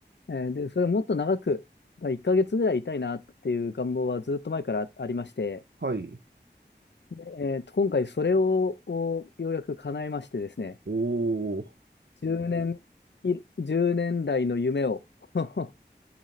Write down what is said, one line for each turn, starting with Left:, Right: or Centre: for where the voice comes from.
Left: えーで、それもっと長く、まあ、1ヶ月ぐらいいたいなっていう願望はずっと前からありまして、
Right: あ。はい。
Left: でえーと、今回それを、をようやく叶えましてですね、
Right: おー、
Left: 10年、い1年来の夢を <laughs>